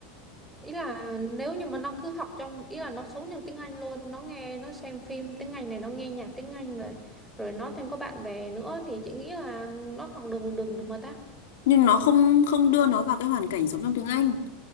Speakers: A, in the centre; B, on the left.
A: Ý là nếu như mà nó cứ học trong ý là nó sống trong tiếng Anh luôn, nó nghe nó xem phim tiếng Anh này, nó nghe nhạc tiếng Anh rồi rồi nó thêm có bạn bè nữa thì chị nghĩ là nó học được được được mà ta.
B: nhưng nó không không đưa nó vào cái hoàn cảnh sống trong tiếng Anh